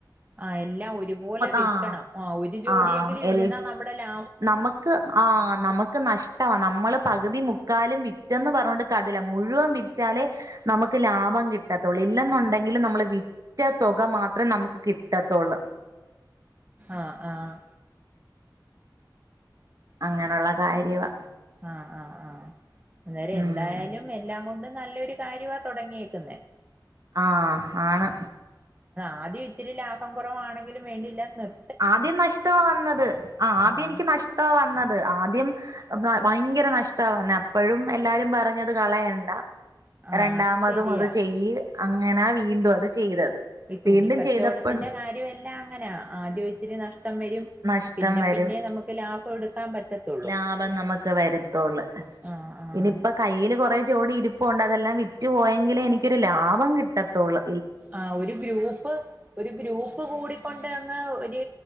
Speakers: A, on the right (about 20°); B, on the right (about 50°).
A: ആ എല്ലാം ഒരുപോലെ വിൽക്കണം
B: ആഹ്
A: ആ ഒരു ജോഡിയെങ്കില്
B: ആഹ് എൽ
A: ഇരുന്ന നമ്മുടെ ലാ
B: നമുക്ക് ആ നമുക്ക് നഷ് കിട്ടവാ നമ്മള് പകുതി മുക്കാലും വിറ്റന്ന് പറഞ്ഞുകൊണ്ട് കഥല്ല മുഴുവൻ വിറ്റാലേ നമുക്ക് ലാഭം കിട്ടത്തുള്ളൂ ഇല്ലെന്നുണ്ടെങ്കിൽ നമ്മള് വി വിറ്റ തുക മാത്രം നമുക്ക് കിട്ടത്തൊള്ളൂ
A: ആഹ് ആഹ്
B: അങ്ങനെയുള്ള കാര്യവാ
A: ആഹ് ആഹ് ആഹ് അന്നേരെന്തായാലും
B: ഉം
A: എല്ലാം കൊണ്ടും നല്ലൊരു കാര്യവാ തൊടങ്ങീക്കന്നേ
B: ആഹ് ആണ്
A: ആദ്യത്തിരി ലാഭം കൊറവാണെങ്കിലും വേണ്ടില്ല നിർ
B: ആദ്യം നഷ്ടാ വന്നത് ആ ആദ്യം
A: ആഹ്
B: എനിക്ക് നഷ്ടാ വന്നത് ആദ്യം ഭയങ്കര നഷ്ടാവന്നേ അപ്പഴും എല്ലാരും പറഞ്ഞത് കളയണ്ട.
A: ആഹ്
B: രണ്ടാമതും
A: അത് ശരിയാ
B: അത് ചെയ്യ് അങ്ങനാ വീണ്ടും അത് ചെയ്തത്.
A: ഈ തുണിക്കച്ചവടത്തിന്റെ
B: വീണ്ടും ചെയ്തപ്പഴും
A: കാര്യംവെല്ലാം അങ്ങനാ ആദ്യം ഇച്ചിരി നഷ്ടം വരും.
B: നഷ്ടം
A: പിന്നെ
B: വരും
A: പിന്നെ നമുക്ക് ലാഭം എടുക്കാൻ പറ്റത്തുള്ളൂ
B: ലാഭം നമുക്ക് വരുത്തൊള്ളൂ.
A: ആഹ് ആഹ്
B: <unintelligible> പ്പൊ കയ്യില് കൊറേ ജോഡി ഇരുപ്പൊണ്ട് അതെല്ലാം വിറ്റ് പോയെങ്കിലേ എനിക്കൊരു ലാഭം കിട്ടത്തൊള്ള്.
A: ആഹ് ഒരു ഗ്രൂപ്പ് ഒരു ഗ്രൂപ്പ് കൂടിക്കൊണ്ട് അങ്ങ് ഒരു